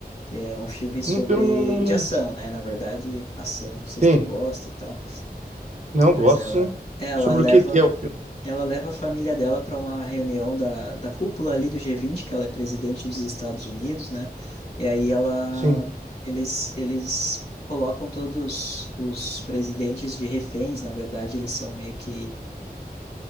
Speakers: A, on the left; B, on the right.
A: que é um filme sobre,
B: Não- Eu não, não,
A: de ação,
B: não-
A: né, na verdade, ação, não sei
B: Sim,
A: se tu gosta e tal.
B: não,
A: Mas
B: gosto,
A: ela,
B: sim.
A: ela
B: Sobre
A: leva,
B: o que que é o filme?
A: ela leva a família dela para uma reunião da, da cúpula ali do G20, que ela é presidente dos Estados Unidos, né? E aí ela,
B: Sim,
A: eles, eles colocam todos os presidentes de reféns, na verdade, eles são meio que